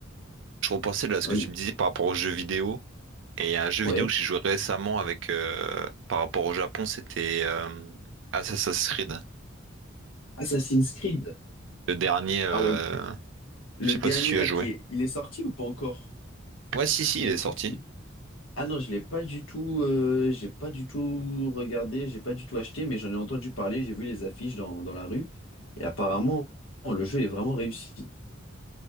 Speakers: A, on the right; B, on the left.
A: je repensais là, à ce
B: Vas-y.
A: que tu me disais par rapport aux jeux vidéo. Et il y a un jeu
B: Ouais.
A: vidéo que j'ai joué récemment avec, euh, par rapport au Japon, c'était euh, Assassin's Creed.
B: Assassin's Creed.
A: Le dernier, euh,
B: Ah ouais. Le
A: je sais
B: dernier
A: pas si tu
B: là
A: y as joué.
B: qui est. Il est sorti ou pas encore?
A: Ouais, si, si,
B: Ah,
A: il
B: il
A: est
B: est
A: sorti.
B: sorti. Ah non, je l'ai pas du tout. euh, j'ai pas du tout regardé, j'ai pas du tout acheté, mais j'en ai entendu parler, j'ai vu les affiches dans, dans la rue. Et apparemment, le jeu est vraiment réussi.